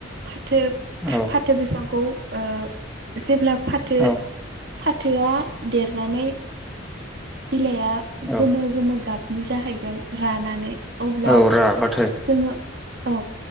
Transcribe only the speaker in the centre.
औ
औ
औ
औ राबाथो